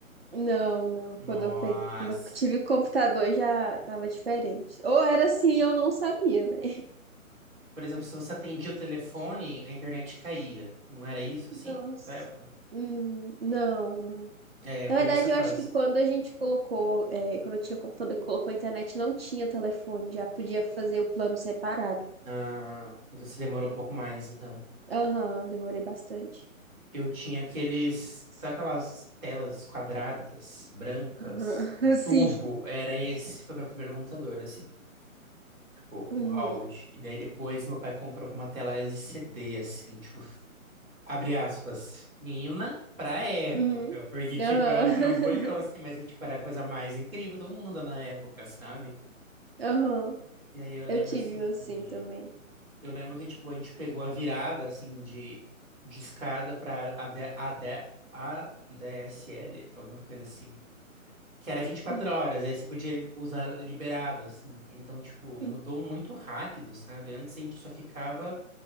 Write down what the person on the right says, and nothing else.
Não, não.
Quando eu peguei, quando eu tive computador já tava diferente. Ou era assim, eu não sabia, né?
Nossa.
Hum, não, não.
Na
verdade,
eu acho que quando a gente colocou, é, quando eu tinha o computador e colocou a internet, não tinha telefone, já podia fazer o plano separado.
Aham, demorei bastante.
Aham,
<laughs> sim.
Uhum,
uhum,
aham,
<laughs>
aham.
Eu tive
um
assim também.
Uhum,
uhum,